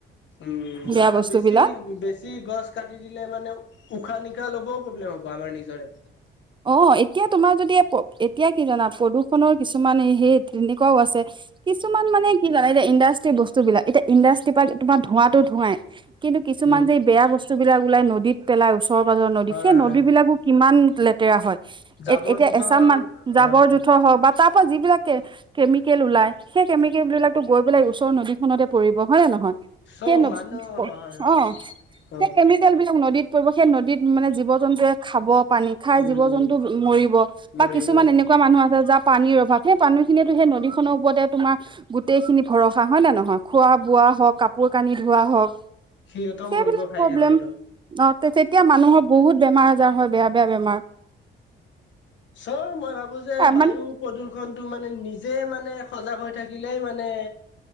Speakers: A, on the left; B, on the right.
A: উম
B: বেয়া
A: আৰু
B: বস্তু
A: বেছি
B: বিলাক
A: বেছি গছ কাটি দিলে মানে উশাহ নিশাহ ল'বও প্ৰব্লেম হ'ব আমাৰ নিজৰে
B: অ এতিয়া তোমাৰ যদি এতিয়া কি জানা প্ৰদূষণৰ কিছুমান সেই তেনেকুৱাও আছে। কিছুমান মানে কি জানে এতিয়া ইণ্ডাষ্ট্ৰি বস্তুবিলাক এতিয়া ইণ্ডাষ্ট্ৰি পৰা তোমাৰ ধোঁৱাতো ধোঁৱাই। কিন্তু কিছুমান
A: উম
B: যে এই বেয়া বস্তুবিলাক ওলাই নদীত পেলাই ওচৰ পাঁজৰ নদী
A: হয়
B: সেই
A: হয়
B: নদীবিলাকো
A: হয়
B: কিমান লেতেৰা হয়
A: জাবৰ
B: এ এতিয়া
A: জোথৰ
B: এচাম মান জাঁবৰ
A: হয় হয়
B: জোঁথৰ হওঁক বা তাপ সোপা যিবিলাক কে কেমিকেল ওলাই সেই কেমিকেল বিলাকো গৈ পেলাই ওচৰ নদীনতে পৰিব হয়নে নহয়?
A: চ'
B: সেই ন
A: মানুহ হয় হয় হয়
B: অ
A: অ
B: সেই কেমিকেল বিলাক নদীত পৰিব। সেই নদীত মানে জীৱ জন্তুৱে খাব পানী খাই জীৱ
A: উম
B: জন্তু
A: উম
B: মৰিব বা
A: মৰিব
B: কিছুমান
A: উম
B: এনেকুৱা মানুহ আছে যাৰ পানীৰ ভৰখা সেই পানী খিনিনিয়েতু সেই নদীখনৰ ওপতে তোমাৰ গোটেই খিনি ভৰসা হয় নে ন ন খোৱা বোৱা হওক, কাপোৰ কানি ধোৱা হওক,
A: সিহঁতেও
B: সেইবিলাক
A: মৰিব খাই
B: প্ৰব্লেম।
A: কেনে সেইটো
B: তেতিয়া মানুহৰ বহুত বেমাৰ আজাৰ হয়। বেয়া বেয়া বেমাৰ।
A: চ মই ভাবো যে বায়ু
B: মানে
A: প্ৰদূৰ্ষণ টো মানে নিজে মানে সজাগ হৈ থাকিলে মানে